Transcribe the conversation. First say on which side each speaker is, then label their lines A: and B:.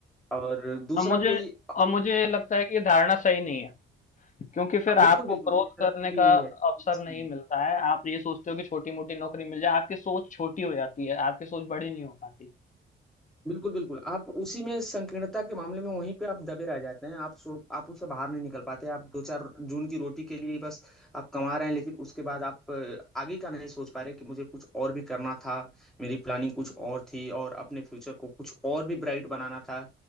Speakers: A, in the centre; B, on the left.
A: और दूसरा
B: और मुझे
A: कोई
B: और मुझे लगता है कि ये धारणा सही नहीं है। क्योंकि फिर
A: बिल्कुल
B: आपको
A: बिल्कुल
B: ग्रोथ
A: मेरी तरफ
B: करने
A: से भी
B: का
A: यही
B: अवसर
A: है सही
B: नहीं
A: नहीं।
B: मिलता है आप ये सोचते हो कि छोटी मोटी नौकरी मिल जाए आपकी सोच छोटी हो जाती है आपकी सोच बड़ी नहीं हो पाती
A: बिल्कुल बिल्कुल आप उसी में संकीर्णता के मामले में वहीं पे आप दबे रह जाते हैं आप सो आप उससे बाहर नहीं निकल पाते आप दो चार जून की रोटी के लिए ही बस आप कमा रहे हैं लेकिन उसके बाद आप अ, आगे का नहीं सोच पा रहे कि मुझे कुछ और भी करना था मेरी प्लानिंग कुछ और थी और अपने फ्यूचर को कुछ और भी ब्राइट बनाना था